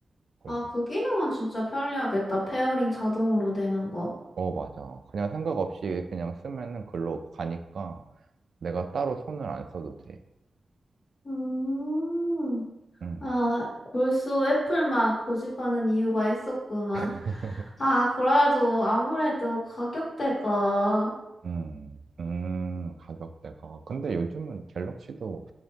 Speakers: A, on the right; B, on the left.
A: 그래서
B: 아, 그 기능은 진짜 편리하겠다. 페어링 자동으로 되는 거.
A: 어 맞아. 그냥 생각 없이 그냥 쓰면은 글로 가니까 내가 따로 손을 안 써도 돼.
B: 음,
A: 음.
B: 아, 골수 애플만 고집하는 이유가 있었구만.
A: <laughs>
B: 아, 그래도 아무래도 가격대가,
A: 음, 음, 가격대가. 근데 요즘은 갤럭시도